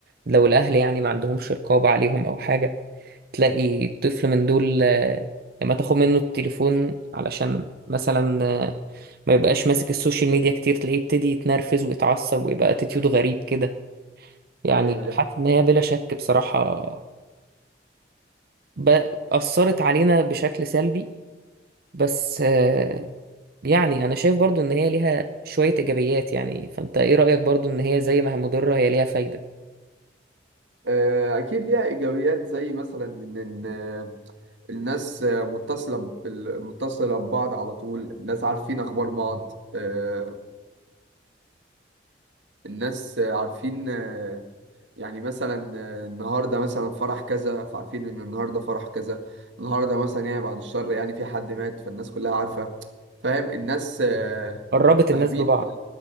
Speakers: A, on the right; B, on the right.
A: لو الأهل يعني ما عندهمش رقابة عليهم أو حاجة تلاقي طفل من دول آه، لما تاخد منه التليفون علشان مثلا آه، ما يبقاش ماسك السوشيال ميديا كتير تلاقيه يبتدي يتنرفز ويتعصب ويبقى اتيتيود غريب كده يعني
B: ايوه دي
A: حاسس ان هي بلا شك بصراحة ب- أثرت علينا بشكل سلبي بس آه، يعني أنا شايف برضو إن هي ليها شوية إيجابيات يعني فأنت إيه رأيك برضو إن هي زي ما هي مضرة هي ليها فايدة
B: آه، أكيد ليها إيجابيات زي مثلا إن إن، آه، الناس آه، متصلة بال- متصلة ببعض على طول الناس عارفين أخبار بعض آه، الناس آه، عارفين آه، يعني مثلا آه، النهاردة مثلا فرح كذا فعارفين إن النهاردة فرح كذا النهاردة مثلا يعني بعد الشر يعني في حد مات فالناس كلها عارفة فاهم الناس آه،
A: قربت
B: فاهمين
A: الناس ببعض